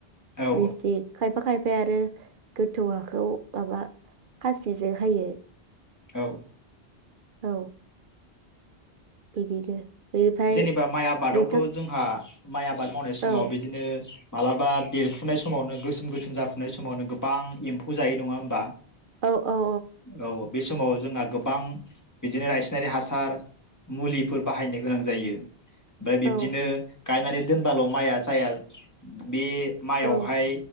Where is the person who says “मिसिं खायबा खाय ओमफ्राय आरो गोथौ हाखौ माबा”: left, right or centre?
Right